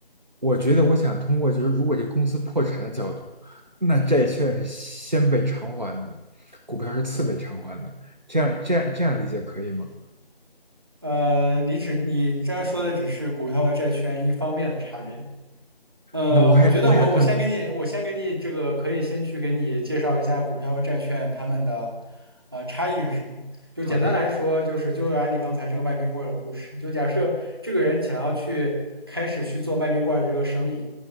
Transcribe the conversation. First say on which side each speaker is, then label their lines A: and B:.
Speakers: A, on the right; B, on the right.
A: 我觉得我想通过就是如果这公司破产的角度，那债券是先被偿还的，股票是次被偿还的，
B: 嗯
A: 这样这样这样理解可以吗？
B: 呃，你只你这样说的只是股票和债券一方面的差别，呃，
A: 那我还我还想更
B: 我觉得我我先给你，我先给你这个可以先去给你介绍一下股票和债券它们的呃差异是什么。就简单来说，
A: 好的，
B: 就是就按你刚才这个卖冰棍儿的故事，就假设这个人想要去开始去做卖冰棍儿的这个生意，